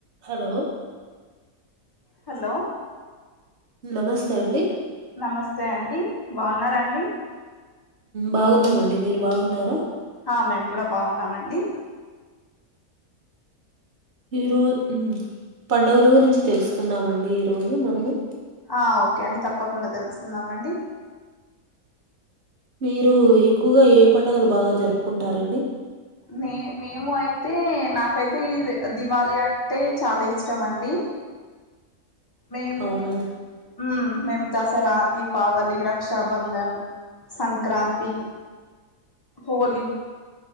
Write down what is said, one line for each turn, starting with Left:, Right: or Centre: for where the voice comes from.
Right: హలో
Left: హలో
Right: నమస్తే అండి
Left: నమస్తే అండి బావున్నారా అండి
Right: బాగున్నామండి మీరు బాగున్నారా
Left: హా మేం గూడ బావున్నాం అండి
Right: ఈ రో ఉ పండుగల గురించి తెల్సుకుందం అండి ఈ రోజు మనము
Left: ఆ ఓకే అండి తప్పకుండ తెల్సుకుందాం అండి
Right: మీరు ఎక్కుగా ఏ పండుగలు బాగా జరుపుకుంటారండి.
Left: మే మేము అయితే నాకైతే దివాళి అంటే చాలా ఇష్టం అండి మేము
Right: అవునా
Left: హుమ్ మేము దసరా దీపావళి రక్షాబంధన్ సంక్రాంతి హోలీ